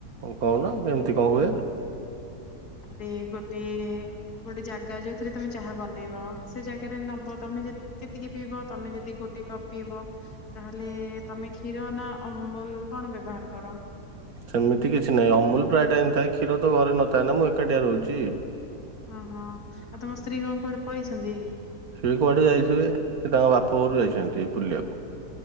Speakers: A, on the right (about 65°); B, on the left (about 75°).
A: କହୁନ କେମିତି କଣ ହୁଏ?
B: ଆରେ ଗୋଟେ ଗୋଟେ ଜାଗା ଯୋଉଥିରେ ତମେ ଚାହା ବନେଇବ ସେ ଜାଗାରେ ନବ ତମେ ଯେତିକି କେତିକି ପିଇବ ତମେ ଯଦି ଗୋଟେ କପ ପିଇବ ତାହେଲେ ତମେ କ୍ଷୀର ନା ଅମୁଲ କଣ ବ୍ୟବହାର କର?
A: ସେମିତି କିଛି ନାହିଁ ଅମୁଲ ପ୍ରାୟ ଟାଇମ ଥାଏ କ୍ଷୀର ତ ଘରେ ନଥାଏ ନା ମୁଁ ଏକାଟିଆ ରହୁଚି।
B: ଓହୋ ଆଉ ତମ ସ୍ତ୍ରୀ କଣ କୁଆଡେ ପଳେଇସନ୍ତି
A: ସେ କୁଆଡେ ଯାଇଥିବେ ସେ ତାଙ୍କ ବାପଘରୁକୁ ଯାଇଛନ୍ତି ବୁଲିବାକୁ।